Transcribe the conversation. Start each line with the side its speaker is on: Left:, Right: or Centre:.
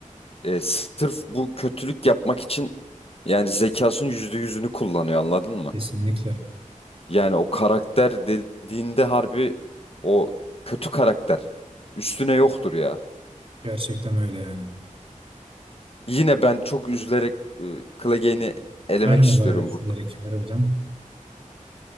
Left: e, sırf bu kötülük yapmak için yani zekasının yüzde yüzünü kullanıyor anladın mı?
Right: kesinlikle.
Left: Yani o karakter dediğinde harbi o kötü karakter üstüne yoktur ya.
Right: Gerçekten öyle yani.
Left: Yine ben çok üzülerek e, Clegane'i elemek
Right: Ben
Left: istiyorum
Right: de bayağı üzülerek harbiden.